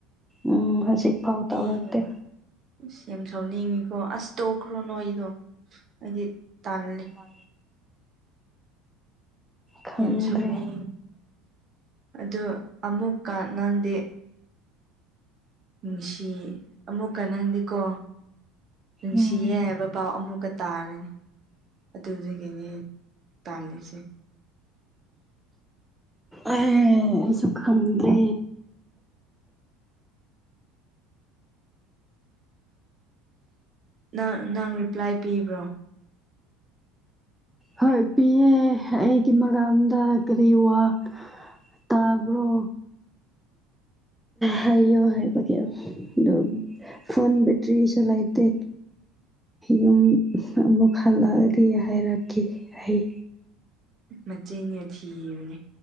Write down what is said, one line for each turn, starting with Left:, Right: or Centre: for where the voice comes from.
Centre: ꯎꯝ ꯍꯧꯖꯤꯛ ꯐꯥꯎ
Right: <unintelligible>
Centre: ꯇꯧꯔꯛꯇꯦ
Right: ꯏꯁ ꯌꯥꯝ ꯁꯥꯎꯅꯤꯡꯉꯤꯀꯣ ꯑꯁ ꯇꯣꯛꯈ꯭ꯔꯣ ꯅꯣꯏꯒꯤꯗꯣ ꯑꯩꯗꯤ ꯇꯜꯂꯦ꯫
Centre: ꯃꯥꯖꯦ ꯈꯪꯗ꯭ꯔꯦ
Right: ꯌꯥꯝ ꯁꯥꯎꯅꯤꯡ ꯑꯗꯣ ꯑꯃꯨꯛꯀ ꯅꯪꯗꯤ ꯅꯨꯡꯁꯤ ꯑꯃꯨꯛꯀ ꯅꯪꯗꯤꯀꯣ ꯅꯨꯡꯁꯤꯌꯦ
Centre: ꯎꯝ
Right: ꯍꯥꯏꯕ ꯄꯥꯎ ꯑꯃꯨꯛꯀ ꯇꯥꯔꯅꯤ ꯑꯗꯨꯗꯨꯒꯤꯅꯤ ꯇꯜꯂꯤꯁꯦ꯫
Centre: ꯑꯣꯏꯌꯦ ꯑꯩꯁꯨ ꯈꯡꯗ꯭ꯔꯦ
Right: ꯅꯪ ꯅꯪ ꯔꯤꯄ꯭ꯂꯥꯏ ꯄꯤꯕ꯭ꯔꯣ?
Centre: ꯍꯣꯏ ꯄꯤꯌꯦ ꯑꯩꯒꯤ ꯃꯔꯝꯗ ꯀꯔꯤ ꯋꯥ ꯇꯥꯕ꯭ꯔꯣ ꯍꯥꯏꯌꯣ ꯍꯥꯏ ꯕꯒꯤ ꯑꯗꯨꯝ ꯐꯣꯟ ꯕꯦꯇ꯭ꯔꯤꯁꯨ ꯂꯩꯇꯦ ꯌꯨꯝ ꯑꯃꯨꯛ ꯍꯜꯂꯛꯑꯗꯤ ꯍꯥꯏꯔꯛꯀꯦ ꯍꯩ
Right: ꯃꯆꯤꯟꯌꯦ ꯊꯤꯕꯅꯦ